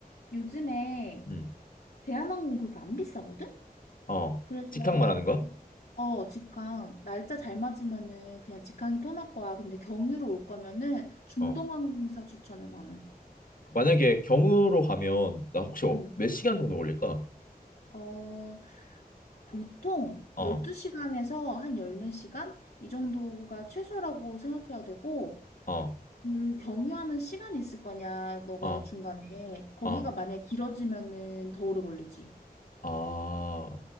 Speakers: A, on the left (about 75°); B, on the left (about 60°).
A: 요즘에
B: 음,
A: 대한항공 그렇게 안 비싸거든?
B: 어,
A: 그래서,
B: 직항 말하는 거야?
A: 그- 어, 직항. 날짜 잘 맞으면은 그냥 직항이 편할 거야. 근데 경유로 올 거면은 중동항공사
B: 어.
A: 추천해, 나는.
B: 만약에 경유로 가면, 나 혹시 어-
A: 음,
B: 몇 시간 정도 걸릴까?
A: 어, 보통
B: 어,
A: 12시간에서 한 14시간? 이 정도가 최소라고 생각해야 되고,
B: 어,
A: 그 경유하는 시간이 있을 거냐, 너가
B: 어,
A: 중간에. 거기가
B: 어.
A: 만약에 길어지면은 더 오래 걸리지.
B: 아,